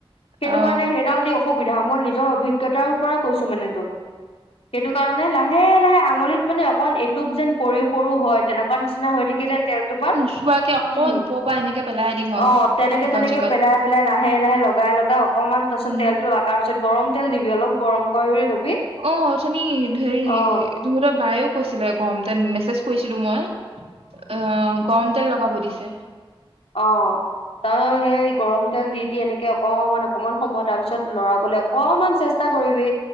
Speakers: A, on the left; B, on the right.
A: সেইটো
B: অ
A: কাৰণে সেইডাল দি অসুবিধা মই নিজৰ অভিজ্ঞতাৰ পৰা কৈছো মানে তোক। সেইটো কাৰণে লাহে লাহে আঙুলিত মানে অকন এটোপ যেন পৰিও পৰো হয়। তেনেকুৱা নিচিনা হৈ থাকিলে তেল টোপাল
B: চোৱাকে অকন
A: উম
B: ওপ‌ পৰা এনেকে পেলাই দিম আৰু
A: অ তেনেকে
B: সেইকণ
A: তেনেকে
B: জেগাত
A: পেলাই পেলাই লাহে লাহে লগাই লগাই অকনমান তাৰ পিছত
B: উম
A: তেলটো লগাৰ পিছত গৰম তেল দিবি অলপ গৰম কৰি লবি।
B: অ উথনি হেৰি
A: অ
B: তহঁতৰ বায়েও কৈছিলে গৰম তেল মেছেজ কৰিছিলো মই। অ গৰম তেল লগাব দিছে।
A: অ তাৰ সেই গৰম তেল দি দি এনেকে অকমান অকমান সময় তাৰ পিছত লৰাবলে অকনমান চেষ্টা কৰিবি।